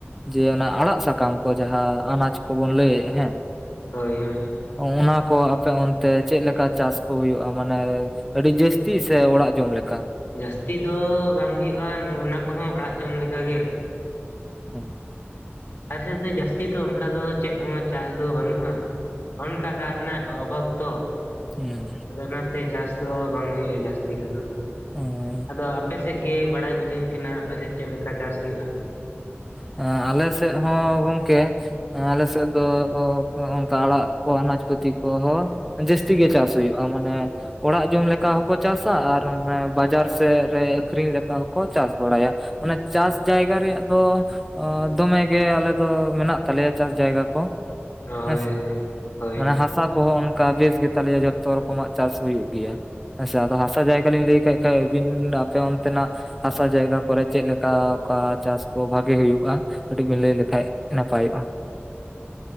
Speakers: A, in the centre; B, on the left.
A: ᱡᱮ ᱚᱱᱟ ᱟᱲᱟᱜ ᱥᱟᱠᱟᱢ ᱠᱚ ᱡᱟᱦᱟ ᱟᱱᱟᱡᱽ ᱠᱚᱵᱚᱱ ᱞᱟᱹᱭᱮᱜ-ᱟ ᱦᱮᱸ ᱾
B: ᱦᱳᱭ, ᱦᱮᱸ ᱾
A: ᱚᱱᱟ ᱠᱚ ᱟᱯᱮ ᱚᱱᱛᱮ ᱪᱮᱫ ᱞᱮᱠᱟ ᱪᱟᱥ ᱠᱚ ᱦᱩᱭᱩᱜᱼᱟ? ᱢᱟᱱᱮ ᱟᱹᱰᱤ ᱡᱟᱹᱥᱛᱤ ᱥᱮ ᱚᱲᱟᱜ ᱡᱚᱢ ᱞᱮᱠᱟ?
B: ᱡᱟᱹᱥᱛᱤ ᱫᱚ ᱵᱟᱝ ᱦᱩᱭᱩᱜᱼᱟ ᱱᱚᱜᱼᱱᱟ ᱠᱚᱦᱚᱸ ᱚᱲᱟᱜ ᱡᱚᱢ ᱞᱮᱠᱟ ᱜᱮ ᱾
A: ᱦᱮᱸ ᱾
B: ᱟᱞᱮ ᱥᱮᱫ ᱫᱚ ᱡᱟᱹᱥᱛᱤ ᱫᱚ ᱚᱱᱠᱟ ᱫᱚ ᱪᱮᱫ ᱦᱚᱸ ᱪᱟᱥ ᱫᱚ ᱵᱟᱹᱱᱩᱜᱼᱟ ᱾ ᱚᱱᱠᱟ ᱫᱟᱜ ᱨᱮᱱᱟᱜ ᱚᱵᱷᱟᱵᱽ ᱛᱚ ᱾
A: ᱦᱮᱸᱻ
B: ᱟᱫᱚ ᱚᱱᱟᱛᱮ ᱪᱟᱥ ᱫᱚ ᱵᱟᱝ ᱦᱩᱭᱩᱜᱼᱟ ᱡᱟᱹᱥᱛᱤ ᱠᱚᱫᱚ᱾
A: ᱦᱮᱸ ᱾
B: ᱟᱫᱚ ᱟᱯᱮ ᱥᱮᱫ ᱜᱮ ᱵᱟᱲᱟᱭ ᱵᱩᱡᱷᱟᱹᱣ ᱤᱧ ᱠᱟᱱᱟ, ᱟᱯᱮ ᱥᱮᱫ ᱪᱮᱫ ᱞᱮᱠᱟ ᱪᱟᱥ ᱦᱩᱭᱩᱜᱼᱟ?
A: ᱟ ᱟᱞᱮ ᱥᱮᱫ ᱦᱚᱸ ᱜᱚᱝᱠᱮ ᱟᱞᱮ ᱥᱮᱫ ᱫᱚ ᱚ ᱚᱱᱠᱟ ᱟᱲᱟᱜ ᱠᱚ ᱟᱱᱟᱪ ᱯᱟᱹᱛᱤ ᱠᱚᱦᱚ ᱡᱟᱹᱥᱛᱤ ᱜᱮ ᱪᱟᱥ ᱦᱩᱭᱩᱜᱼᱟ᱾ ᱢᱟᱱᱮ ᱚᱲᱟᱜ ᱡᱚᱢ ᱞᱮᱠᱟ ᱦᱚᱸᱠᱚ ᱪᱟᱥᱟ ᱟᱨ ᱚᱱᱮ ᱵᱟᱡᱟᱨ ᱥᱮᱫ ᱨᱮ ᱟᱠᱷᱨᱤᱧ ᱞᱮᱠᱟ ᱦᱚᱸᱠᱚ ᱪᱟᱥ ᱵᱟᱲᱟᱭᱟ᱾ ᱚᱱᱟ ᱪᱟᱥ ᱡᱟᱭᱜᱟ ᱨᱮᱭᱟᱜ ᱫᱚ ᱚ ᱫᱚᱢᱮ ᱜᱮ ᱟᱞᱮ ᱫᱚ ᱢᱮᱱᱟᱜ ᱛᱟᱞᱮᱭᱟ ᱪᱟᱥ ᱡᱟᱭᱜᱟ ᱠᱚ ᱾
B: ᱦᱳᱭ
A: ᱦᱮᱸᱥᱮ
B: ᱦᱳᱭ
A: <inaudible>
B: ᱦᱳᱭ
A: ᱢᱟᱱᱮ ᱦᱟᱥᱟ ᱠᱚᱦᱚᱸ ᱚᱱᱠᱟ ᱵᱮᱥ ᱜᱮ ᱛᱟᱞᱮᱭᱟ ᱡᱷᱚᱛᱚ ᱨᱚᱠᱚᱢᱟᱜ ᱪᱟᱥ ᱦᱩᱭᱩᱜ ᱜᱮᱭᱟ᱾ ᱦᱮᱸ ᱥᱮ ᱟᱫᱚ ᱦᱟᱥᱟ ᱡᱟᱭᱜᱟ ᱞᱤᱧ ᱞᱟᱹᱭ ᱠᱮᱫ ᱠᱷᱟᱱ ᱟᱹᱵᱤᱱ ᱟᱯᱮ ᱚᱱᱛᱮᱱᱟᱜ ᱦᱟᱸᱥᱟ ᱡᱟᱭᱜᱟ ᱠᱚᱨᱮ ᱪᱮᱫ ᱞᱮᱠᱟ ᱚᱠᱟ ᱪᱟᱥ ᱠᱚ ᱵᱷᱟᱜᱮ ᱦᱩᱭᱩᱜᱼᱟ ᱠᱟᱹᱴᱤᱡ ᱵᱮᱱ ᱞᱟᱹᱭ ᱞᱮᱠᱷᱟᱡ ᱱᱟᱯᱟᱭᱚᱜᱼᱟ᱾